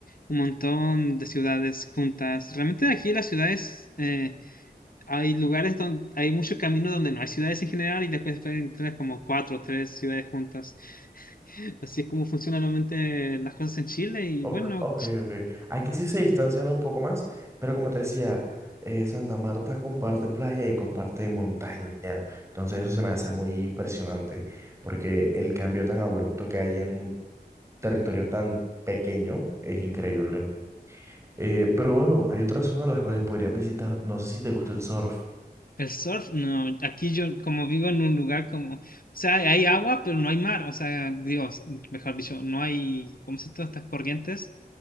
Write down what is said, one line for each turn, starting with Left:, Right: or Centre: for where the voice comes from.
Left: un montón de ciudades juntas. Realmente aquí las ciudades, eh, hay lugares donde hay muchos caminos donde no hay ciudades en general y después pueden encontrar como cuatro o tres ciudades juntas. Así es como funcionan normalmente las cosas en Chile y
Right: Ok,
Left: bueno,
Right: ok.
Left: Ch-
Right: ok. Aquí sí se distancian un poco más, pero como te decía, eh, Santa Marta comparte playa y comparte montaña. Entonces eso se me hace muy impresionante, porque el cambio tan abrupto que hay en un territorio tan pequeño es increíble. Eh, pero bueno, hay otras zonas las cuales podrías visitar. No sé si te gusta el surf.
Left: El surf, no, aquí yo como vivo en un lugar como, o sea, hay agua, pero no hay mar, o sea, digo, s- mejor dicho, no hay, ¿cómo se todas estas corrientes?